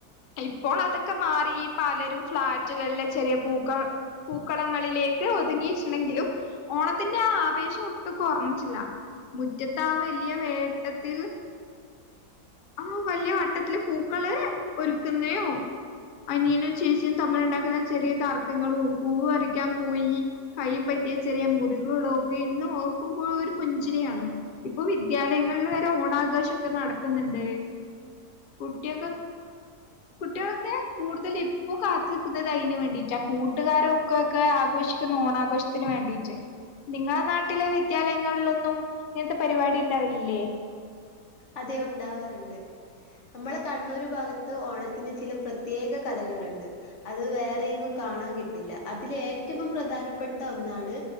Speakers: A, on the left; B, on the left.
A: ഇപ്പോൾ അതൊക്കെ മാറി പലരും ഫ്ളാറ്റുകളിലെ ചെറിയ പൂക്ക പൂക്കളങ്ങളിലേക്ക് ഒതുങ്ങിയിട്ട്ണ്ടെങ്കിലും ഓണത്തിന്റെ ആ ആവേശം ഒട്ടും കുറഞ്ഞിറ്റില്ല മുറ്റത്ത് ആ വലിയ വേട്ടത്തിൽ ആ വല്ല്യ വട്ടത്തില് പൂക്കള് ഒരുക്ക്ന്നയോ അനിയനും ചേച്ചിയും തമ്മിലുണ്ടാക്ക്ന്ന ചെറിയ തർക്കങ്ങളു പൂവ് പറിക്കാൻ പോയി കൈപ്പ യ ചെറിയ മുറിവുകളൊക്കെ ഇന്ന് ഓർക്കുമ്പോൾ ഒരു പുഞ്ചിരിയാന്ന് ഇപ്പോ വിദ്യാലയങ്ങളിൽ വരെ ഓണാഘോഷൊക്കെ നടക്ക്ന്ന്ണ്ട് കുട്ട്യേ കുട്ടികൾക്ക് കൂടുതൽ എപ്പോ കാത്തിരിക്കുന്നത് അയിന് വേണ്ടിറ്റാ കൂട്ടുകാരൊക്കെ ആഘോഷി ഓണാഘോഷത്തിന് വേണ്ടീറ്റ് നിങ്ങളെ നാട്ടിലെ വിദ്യാലയങ്ങളിലൊന്നും ഇങ്ങനത്തെ പരിപാടി ഇണ്ടാവലില്ലേ
B: അതെ ഉണ്ടാവാറ്ണ്ട് നമ്മള കണ്ണൂർ ഭാഗത്ത് ഓണത്തിന് ചില പ്രത്യേക കലകള്ണ്ട് അത് വേറെങ്ങും ക കാണാൻ കിട്ടില്ല. അതിലെ ഏറ്റവും പ്രധാനപ്പെട്ട ഒന്നാണ്